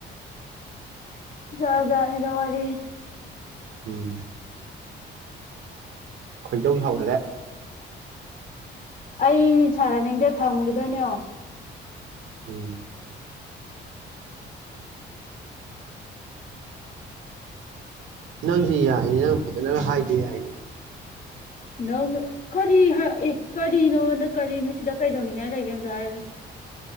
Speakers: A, on the left (about 45°); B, on the right (about 75°).
A: ꯖꯥꯠ ꯖꯥꯠꯅꯤꯗ ꯋꯥꯔꯤ <inaudible>
B: ꯃꯦ ꯈꯣꯏꯗꯧ ꯁꯥꯎꯒꯠꯂꯦ
A: ꯑꯩ ꯁꯥꯟꯅꯅꯤꯡꯗꯦ ꯊꯝꯈꯤꯗꯣꯏꯅꯦ ꯌꯦꯡꯉꯣ
B: ꯎꯝ ꯅꯪꯁꯤ ꯌꯥꯏꯅꯦ ꯅꯪ ꯐꯖꯅꯒ ꯍꯥꯏꯕ ꯌꯥꯏꯅꯦ
A: ꯅꯪ ꯀꯔꯤ ꯍ ꯑꯦ ꯀꯔꯤꯅꯣ ꯅ ꯀꯔꯤꯅꯣ ꯁꯤꯗ ꯀꯩꯗꯧꯅꯤꯡꯉꯥꯏ ꯂꯩꯒꯦ ꯑꯝꯇ ꯍꯥꯏꯌꯨꯅꯦ